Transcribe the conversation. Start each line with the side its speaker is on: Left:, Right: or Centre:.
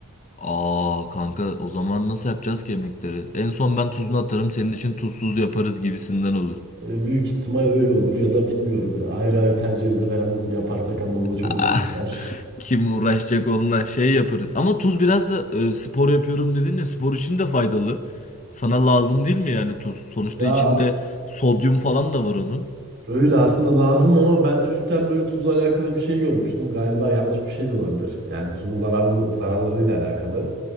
Left: Aa kanka o zaman nasıl yapacağız ki yemekleri? En son ben tuzunu atarım senin için tuzsuz yaparız gibisinden olur.
Right: E, Büyük ihtimal öyle olur ya da bilmiyorum ya. Ayrı ayrı tencerede falan yaparsak ama o da çok
Left: Aa,
Right: uzun sürer.
Left: <laughs>
Right: <laughs>
Left: kim uğraşacak onunla şey yaparız. Ama tuz biraz da e, spor yapıyorum dedin ya spor için de faydalı. Sana lazım değil mi yani tuz? Sonuçta
Right: Ya
Left: içinde sodyum falan da var onun.
Right: öyle aslında lazım ama ben çocukken böyle tuzla alakalı bir şey görmüştüm. Galiba yanlış bir şey de olabilir. Yani tuzun zararlı, zararlarıyla alakalı.